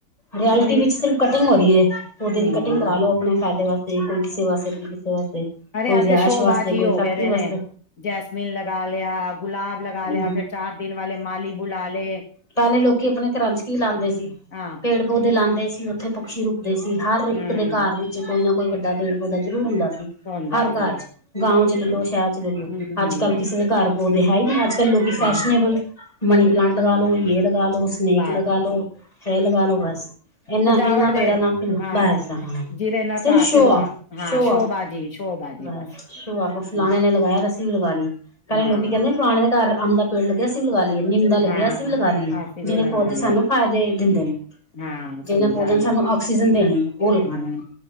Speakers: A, on the left; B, on the left.
A: ਰਿਐਲਿਟੀ
B: ਉਹੀ
A: ਵਿੱਚ ਸਿਰਫ ਕਟਿੰਗ ਹੋ ਰੀ ਏ, ਪੌਦੇ
B: ਹੂੰ
A: ਦੀ ਕਟਿੰਗ ਕਰਾ ਲੋ ਆਪਨੇ ਫੈਦੇ ਵਾਸਤੇ ਕੋਈ ਕਿਸੇ ਵਾਸਤੇ ਕੋਈ ਕਿਸੇ ਵਾਸਤੇ।
B: ਅਰੇ
A: ਕੋਈ
B: ਐ
A: ਰਿਹਾਇਸ਼
B: ਤੇ ਸ਼ੋਬਾਜ਼ੀ
A: ਵਾਸਤੇ ਕੋਈ
B: ਹੋ
A: ਫੈਕਟਰੀ
B: ਗਏ ਦੇ ਨੇ।
A: ਵਾਸਤੇ
B: ਜੈਸਮੀਨ ਲਗਾ ਲਿਆ, ਗੁਲਾਬ ਲਗਾ
A: ਹੂੰ
B: ਲਿਆ, ਫਿਰ ਚਾਰ ਦਿਨ ਵਾਲੇ ਮਾਲੀ ਬੁਲਾ ਲੇ।
A: ਪੈਲੇ ਲੋਕੀ ਆਪਨੇ ਘਰਾਂ ਚ ਕੀ ਲਾਂਦੇ ਸੀ।
B: ਹਾਂ
A: ਪੇੜ ਪੌਦੇ ਲਾਂਦੇ ਸੀ ਓਥੇ ਪਕਸ਼ੀ ਰੁਕਦੇ ਸੀ ਹਰ ਇੱਕ
B: ਹਮ
A: ਦੇ ਘਰ ਵਿੱਚ ਕੋਈ ਨਾ ਕੋਈ ਵੱਡਾ ਪੇੜ ਪੌਦਾ ਜ਼ਰੂਰ ਹੁੰਦਾ ਸੀ,
B: ਹੁੰਦਾ
A: ਹਰ
B: ਸੀ
A: ਘਰ ਚ ਗਾਓਂ ਚ ਲੈ ਲੋ ਸ਼ੈਰ ਲੈ ਲੋ,
B: ਹਮ
A: ਅੱਜ-ਕੱਲ ਕਿਸੇ ਦੇ ਘਰ ਪੌਦੇ ਹੈ ਈ ਨਈਂ ਅੱਜ-ਕੱਲ ਲੋਕੀ ਫੈਸ਼ਨਏਬਲ
B: ਹਾਂ
A: ਮਨੀ ਪਲਾਂਟ ਲਗਾਲੋ ਯੇ ਲਗਾਲੋ ਉਸ ਸਨੇਕ
B: ਬਸ
A: ਲਗਾ ਲੋ, ਐ ਲਗਾ ਲੋ ਬਸ, ਏਨਾ-ਏਨਾ
B: ਸਜਾਵਟ ਦੇ
A: ਪੇੜਾਂ ਨਾਲ ਬ ਬਸ
B: ਜਿ-
A: ਹਾਂ
B: ਜਿਹਦੇ ਨਾਲ
A: ਸਿਰਫ
B: ਘਰ
A: ਸ਼ੋ
B: ਚ ਰੋ
A: ਔਫ
B: ਹਾਂ
A: ਸ਼ੋ
B: ਸ਼ੋਬਾਜੀ
A: ਔਫ
B: ਸ਼ੋਬਾਜੀ
A: ਬਸ ਸ਼ੋ ਔਫ ਫਲਾਣੇ
B: ਹੂੰ,
A: ਨੇ ਲਗਾਇਆ ਤਾਂ ਅਸੀਂ ਵੀ ਲਗਾ ਲੀਏ। ਸਾਰੇ
B: ਹਾਂ
A: ਲੋਕੀ ਕੈਂਦੇ ਫਲਾਨੇ ਦੇ ਘਰ ਅੰਮ ਦਾ ਪੇੜ ਲੱਗਿਆ ਅਸੀਂ ਵੀ ਲਗਾ ਲੀਏ ਨਿੰਮ ਦਾ ਲੱਗਿਆ
B: ਹਾਂ
A: ਅਸੀ ਵੀ ਲਗਾ ਲੀਏ,
B: ਅਸੀਂ ਵੀ
A: ਜੇੜੇ
B: ਲਗਾ
A: ਪੌਦੇ
B: ਲਏ
A: ਸਾਨੂੰ ਫੈਦੇ ਦਿੰਦੇ ਨੇ।
B: ਹਾਂ
A: ਜਿਨੇ
B: ਸਹੀ
A: ਪੌਦੇ
B: ਗੱਲ
A: ਨੇ ਸਾਨੂੰ
B: ਹੈ
A: ਆਕਸੀਜਨ ਦੇਨੇ ਐ ਓ ਲਗਾਨ।
B: ਹਮ